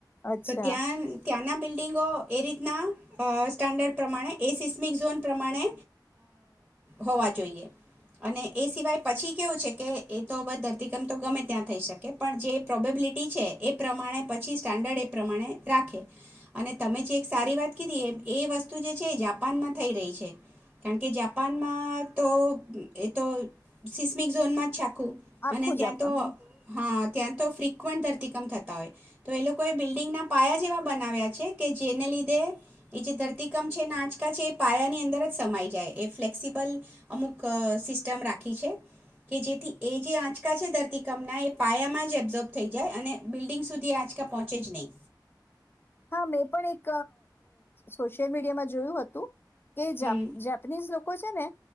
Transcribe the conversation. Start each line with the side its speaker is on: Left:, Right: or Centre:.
Left: અચ્છા
Centre: તો ત્યાં ત્યાંના બિલ્ડિંગો. એ રીતના સ્ટાન્ડર્ડ પ્રમાણે એ સિસ્મિક ઝોન પ્રમાણે હોવા જોઈએ અને એ સિવાય પછી કેવું છે કે એ તો બ ધરતીકમ તો ગમે ત્યાં થઈ શકે પણ જે પ્રોબેબિલિટી છે એ પ્રમાણે પછી. સ્ટાન્ડર્ડ એ પ્રમાણે રાખે અને તમે જે એક સારી વાત કીધી એ એ વસ્તુ જે છે એ જાપાનમાં થઈ રહી છે કારણ કે જાપાનમાં તો એ તો સિસ્મિક ઝોનમાં જા. ખું
Left: આખું
Centre: અને ત્યાં
Left: જ આપણ
Centre: તો હા. ત્યાં તો ફ્રિકવન્ટ ધરતીકમ થતા હોય. તો એ લોકોએ બિલ્ડિંગના પાયા જેવા બનાવ્યા છે કે જેને લીધે એ જે ધરતીકંપ છે એના આંચકા છે એ પાયાની અંદર જ સમાઈ જાય એ ફ્લેક્સિબલ અમુક સિસ્ટમ રાખી છે કે જેથી એ જે આંચકા છે ધરતીકપના એ પાયામાં જ એબ્ઝોર્બ થઈ જાય અને બિલ્ડિંગ સુધી આંચકા. પહોંચે જ નહીં.
Left: હા મેં પણ એક સોશિયલ મીડિયામાં જોયું હતું. કે જાપ
Centre: હમ
Left: જાપનીઝ લોકો છે ને.